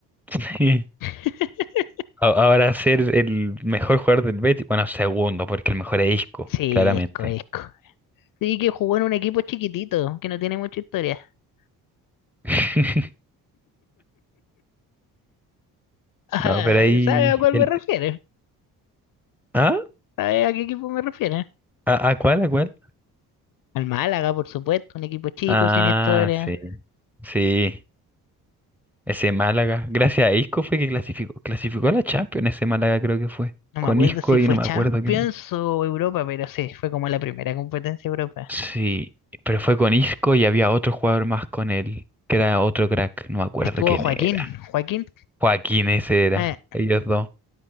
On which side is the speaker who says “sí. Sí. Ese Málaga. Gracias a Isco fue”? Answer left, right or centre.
Centre